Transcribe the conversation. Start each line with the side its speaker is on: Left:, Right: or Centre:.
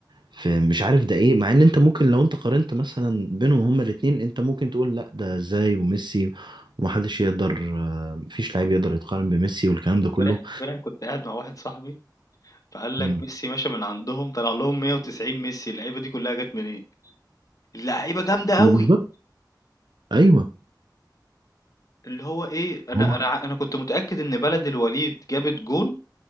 Right: في مش عارف ده ايه مع ان انت ممكن لو انت قارنت مثلا بينهم هما الاتنين انت ممكن تقول لا ده ازاي وميسي ومحدش يقدر آه... مفيش لعيب يقدر يتقارن بميسي والكلام ده كله
Left: امبارح امبارح كنت قاعد مع واحد صاحبي فقال لك
Right: مم.
Left: ميسي مشى من عندهم طلع لهم 190 ميسي اللعيبه دي كلها جت منين اللعيبه جامده
Right: ما
Left: قوي
Right: بالظبط ايوه
Left: اللي هو ايه انا
Right: هو
Left: انا ع- انا كنت متاكد ان بلد الوليد جابت جون